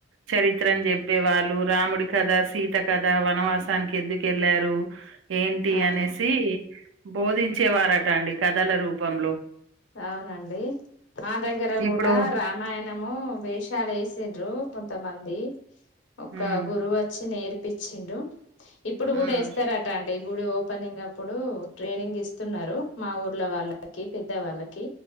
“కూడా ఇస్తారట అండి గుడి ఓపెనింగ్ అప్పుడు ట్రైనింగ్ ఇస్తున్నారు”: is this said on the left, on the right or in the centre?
Left